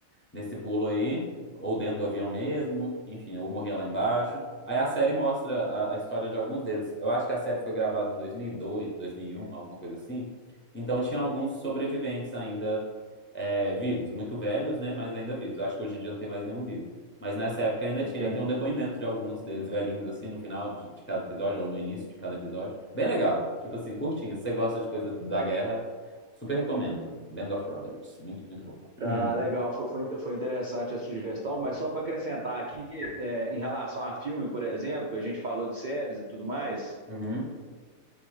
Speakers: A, on the left; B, on the right.
A: nesse pulo aí, ou dentro do avião mesmo, enfim, ou morria lá embaixo. Aí a série mostra a, a história de alguns deles. Eu acho que a série foi gravada em dois mil e dois, dois mil mil e e um, alguma coisa assim. Então tinha alguns sobreviventes ainda é, vivos, muito velhos, né, mas ainda vivos. Eu acho que hoje em dia não tem mais nenhum vivo. Mas nessa época ainda
B: Entendo.
A: tinha. E tem um depoimento de alguns deles velhinhos, assim, no final de, de cada episódio, ou no início de cada episódio. Bem legal. Tipo assim, curtinho. Se você gosta de coisa da guerra, super recomendo. Band of Brothers. Muito, muito boa.
B: Tá
A: <clears throat>
B: legal, foi, foi, inte- foi interessante a sugestão, mas só para acrescentar aqui, é, em relação a filme, por exemplo, a gente falou de séries e tudo mais,
A: Uhum.